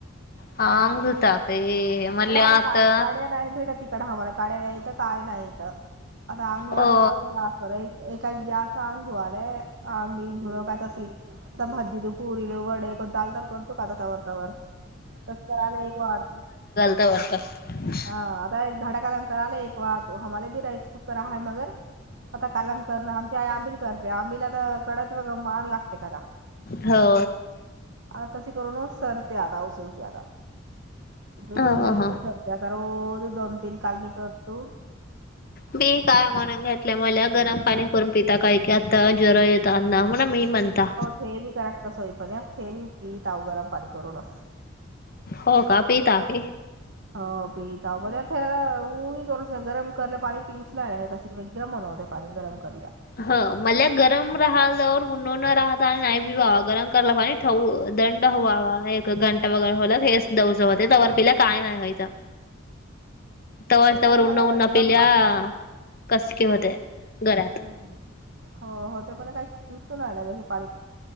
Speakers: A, on the left; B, on the right.
A: हां अंगताा काय मले
B: मला आम्हाला
A: आता.
B: का काड्या नाही भेटत तिकड आम्हाला काडे नाहीत काय नाहीत आता अंग
A: हो
B: जास्त. बर एक एका एक गॅस अंगधु आलाय अंगीधण काय तशी आता भदीु- पुरीील वडे कोण ाल तल करतो का आता तवर तवर तस करायला एक वाढतो.
A: वत
B: हा आता एक धडाकालंकर आला एक वा आम्हाला बी राईस कुकर आहेाय मगर. आता कालंकरण आमची आई आंबिल करते आंबिला तर कडत व वा लागते कदा
A: हो
B: आ तस करो ना सर त्या आदा अस्यादा ग
A: हां,
B: लगी
A: हां.
B: तर सरते आता रोज दोन तीन कालनी करतू
A: मी काय म्हणून घेतल्या मल्या गरम पाणी करून पिता काही की आता जरा य द ना म्हणा मी म्हनता
B: थे बी कराक्ट सोई पण थे बी पीतऊ गरम पाणी करू नस
A: हो का पी तक
B: हो पी त पर खाला इ करूस ना घर मु करल पाणी पीऊस लालाय का सि गरम होला ते पाणी गरम करल्याया
A: ह मल्या गरम राहा जवळ उंडो न राहत आणि नाही भी बावा गरम कराला पाणी दंड हवावा एक घंटा वगैर होला ते हेच दज होते त्यावर पिला काय नाही व्हायचं तवार
B: पण
A: तवर
B: काही
A: उ्हा
B: मला
A: उन्हा
B: गरम
A: पिल्या
B: पाणी पिऊ
A: कसक होते घरा
B: हो हो ते पण काही ट्यवशन व्हायलागेयचे पाारी